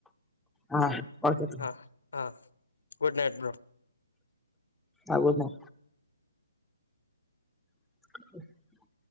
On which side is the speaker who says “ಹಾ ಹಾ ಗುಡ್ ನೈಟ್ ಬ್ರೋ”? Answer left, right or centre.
Left